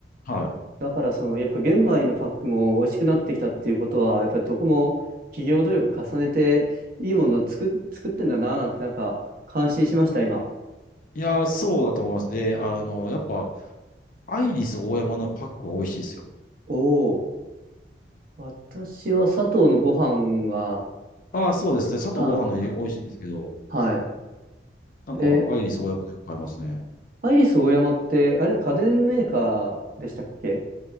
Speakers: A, on the left (about 45°); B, on the right (about 50°).
A: は
B: だから、その、やっぱ玄米のパックも美味しくなってきたっていうことは、やっぱりどこも企業努力重ねて、いいものを作、作ってんだなぁなんて、なんか、感心しました、今。
A: い。いやー、そうだと思います。で、あの、やっぱ、アイリスオーヤマのパックは美味しいですよ。
B: おお、私は佐藤のご飯が、
A: ああ、そうですね。砂糖ご飯の美味しいですけど、
B: あ、はい。
A: なんか、
B: え、
A: アイリスオーヤマでよく買いますね。
B: アイリスオーヤマって、あれ、家電メーカーでしたっけ